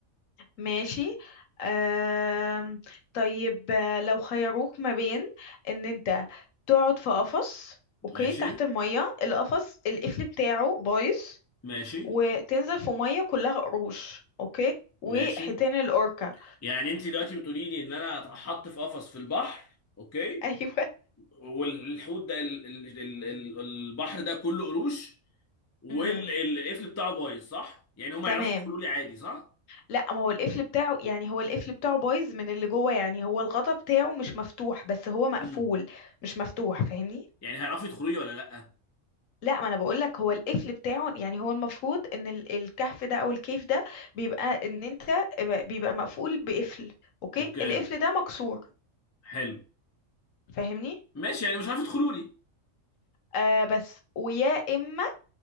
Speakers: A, on the left; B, on the left.
A: ماشي أم... طيب آه، لو خيروك ما بين ان انت تقعد في قفص اوكي
B: ماشي
A: تحت المية القفص القفل بتاعه بايظ
B: ماشي
A: وتنزل في مية كلها قروش اوكي وحيتان
B: ماشي
A: الاوركا
B: يعني انت دلوقتي بتقولي لي ان انا اتحط في قفص في البحر اوكي
A: <laughs> ايوه
B: والحوت ده ال- ال- ال- ال- البحر ده كله قروش والقفل
A: امم
B: بتاعه بايظ صح؟ يعني هم
A: تمام
B: يعرفوا يدخلوا لي عادي صح؟
A: لا ما هو القفل بتاعه يعني هو القفل بتاعه بايظ من اللي جوه يعني هو الغطا بتاعه مش مفتوح بس هو مقفول
B: امم
A: مش مفتوح فاهمني
B: يعني هيعرفوا يدخلوا لي ولا لا؟
A: لا ما انا بقول لك هو القفل بتاعه يعني هو المفروض ان ال- الكهف ده او الكيف ده بيبقى ان انت بيبقى مقفول بقفل اوكي
B: اوكي
A: القفل ده مكسور
B: حلو
A: فاهمني
B: ماشي يعني مش عارف يدخلوا لي
A: آه بس ويا اما